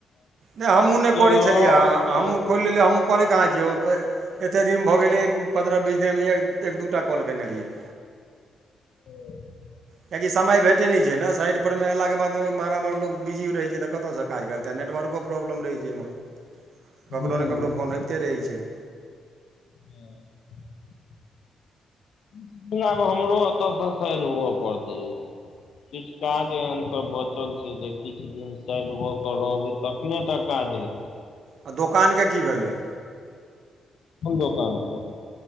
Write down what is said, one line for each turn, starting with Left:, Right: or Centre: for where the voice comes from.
Right: नइ, हमहूँ नै करै
Left: लऽ
Right: छेलियै। आँ, आँ,
Left: कऽ
Right: हमहूँ खोल लेलियै, हमहूँ करैय काहां छियै एते दिन भऽ गेलै पन्द्रह बीस दिन मे एक दूटा कॉल केने रहियै।
Left: हू
Right: कियाकि समय भेटैय नैय छैय न साइड पर मे एलाक के बाद एम्हर -ओम्हर लोग बिजीयो रहै छैय तऽ कतऽ स। काज करतै नेटवर्को प्रॉब्लम रहैय छैय एम्हर ककरो
Left: हूँ
Right: ने ककरो फोन अैबते रहै छैय।
Left: हं लेकीम आब हमरो एत सऽ साइड हुअ पड़तै यौ किछ काज अई अहां के। बचल छैय जे किछ दिन साइड भऽ कऽ रहबै तखने टा काज हेतैय।
Right: आ दोकान के की भेलैय।
Left: कोन दोकान के